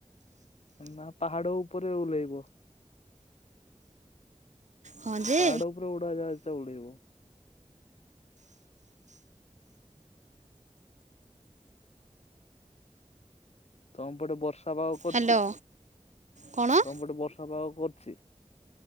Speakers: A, on the left; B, on the right.
A: ଏଁନାଁ ପାହାଡ ଉପରେ ଓହ୍ଲେଇବ।
B: ହଁ ଯେ
A: ପାହାଡ ଉପରେ ଉଡାଜାହାଜ ଟା ଉଡେଇବ। ତମ ପଟେ ବର୍ଷା ପାଗ କରୁଚି
B: ହ୍ୟାଲୋ କଣ
A: ତମ ପଟେ ବର୍ଷା ପାଗ <unintelligible>